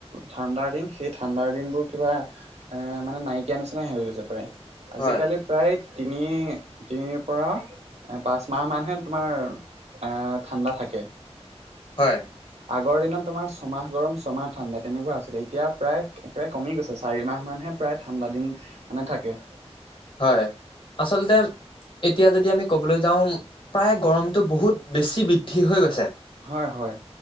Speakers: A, on the right; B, on the left.
A: ঠাণ্ডাৰ দিন। সেই ঠাণ্ডাৰ দিন বোৰ কিবা এ মানে নাইকিয়া নিচিনাই হৈ গৈছে পাৰে। আজিকালি
B: হয়
A: প্ৰায় তিনি তিনিৰ পৰা। এ পাচ মাহ মানহে তোমাৰ এ ঠাণ্ডা থাকে।
B: হয়।
A: আগৰ দিনত তোমাৰ ছমাহ গৰম ছমাহ ঠাণ্ডা তেনেকুৱা আছিলে এতিয়া প্ৰায় একেবাৰে কমি গৈছে চাৰি মাহ মানহে। প্ৰায় ঠাণ্ডা দিন মানে থাকে।
B: হয় আচলতে। এতিয়া যদি আমি কবলৈ যাওঁ প্ৰায় গৰমতটো বহুত বেছি বৃদ্ধি হৈ গৈছে
A: হয় হয়